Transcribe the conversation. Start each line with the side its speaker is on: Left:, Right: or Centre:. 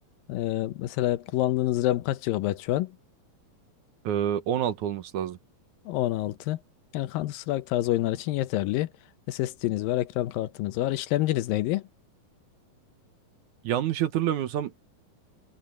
Left: E, mesela kullandığınız RAM kaç GB şu an?
Right: Ee, 16 olması lazım.
Left: 16. Yani Counter Strike tarzı oyunlar için yeterli. SSD'niz var, ekran kartınız var. İşlemciniz neydi?
Right: Yanlış hatırlamıyorsam